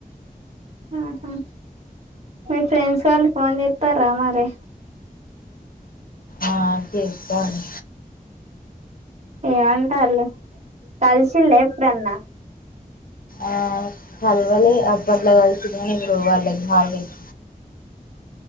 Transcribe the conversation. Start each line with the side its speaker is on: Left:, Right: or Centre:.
Right: ఆహ మీ ఫ్రెండ్స్ వాళ్ళు ఫోన్ చేస్తరా మరి
Left: ఆ చేస్తాను
Right: ఏమంటారులే కలిసిళ్ళ ఎప్పుడన్న
Left: ఆ కల్వలే <unintelligible> కలిసింది కాని <unintelligible>